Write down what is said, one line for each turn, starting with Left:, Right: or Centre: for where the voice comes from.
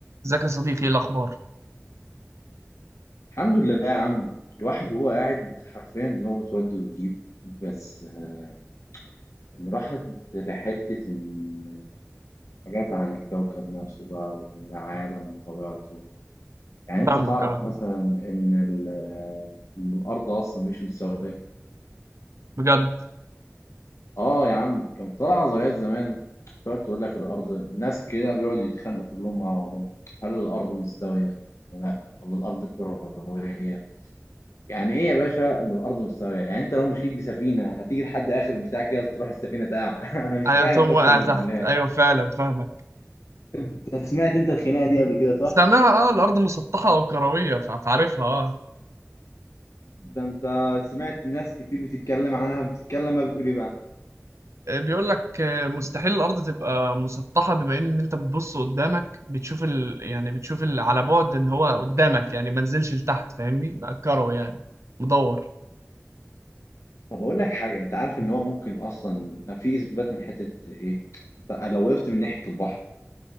Right: ازيك يا صديقي ايه الاخبار
Left: الحمد لله يا عم الواحد وهو قاعد حرفيا دماغه تود وتجيب بس آه، إن راحت لحتة إن حاجات عن الكوكب نفسه بقى وعن العالم وطبيعته يعني أنت
Right: فاهمك
Left: تعرف
Right: اه
Left: مثلا إن ال- آه، إن الأرض أصلا مش مستوية
Right: بجد
Left: آه يا عم كان طلع نظريات زمان تقعد تقول لك الأرض ناس كده بيقعدوا يتخانقوا كلهم مع بعضهم هل الأرض مستوية؟ ولا لا ولا الأرض كروية يعني ايه يا باشا ان الارض مستويه يعني انت لو مشيت بسفينه هتيجي لحد اخر البتاع كده تروح السفينه تقع <laughs> انا مش
Right: ايوه
Left: فاهم
Right: توم
Left: قسما
Right: واقع تحت
Left: بالله
Right: ايوه فعلا فاهمك
Left: انت سمعت انت الخناقه دي قبل كده صح
Right: سامعها اه الارض مسطحه او كرويه فع- فعارفها اه
Left: ده انت سمعت ناس كتير بتتكلم عنها بتتكلم بقى بتقول ايه بقى
Right: آه، بيقول لك آه، مستحيل الارض تبقى مسطحه بما ان انت بتبص قدامك بتشوف ال... يعني بتشوف ال... على بعد ان هو قدامك يعني ما نزلش لتحت فاهمني بقى كروي يعني مدور
Left: طب اقول لك حاجه انت عارف ان هو ممكن اصلا في اثبات من حته ايه انت لو وقفت من ناحيه البحر